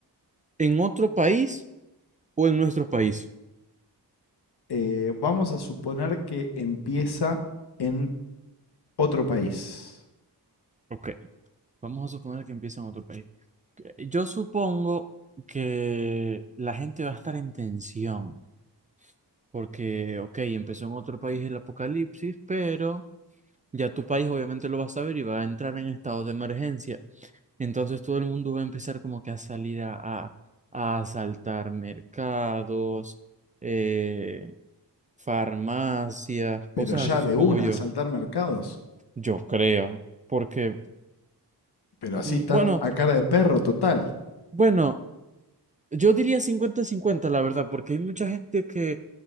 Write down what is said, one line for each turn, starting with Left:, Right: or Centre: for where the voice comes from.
Right: ¿En otro país o en nuestro país?
Left: Eh, vamos a suponer que empieza en otro país,
Right: ok, vamos a suponer que empieza en otro país. Que- Yo supongo que la gente va a estar en tensión, porque, ok, empezó en otro país el apocalipsis, pero Ya tu país obviamente lo va a saber y va a entrar en estado de emergencia. Entonces todo el mundo va a empezar como que a salir a, a, a asaltar mercados, eh, farmacias,
Left: pero
Right: cosas
Left: ya
Right: así, supongo
Left: de una
Right: yo.
Left: a saltar mercados,
Right: Yo creo. Porque,
Left: pero así
Right: mm,
Left: tan
Right: bueno,
Left: a cara de perro total.
Right: bueno, yo diría cincuenta-cincuenta la verdad, porque hay mucha gente que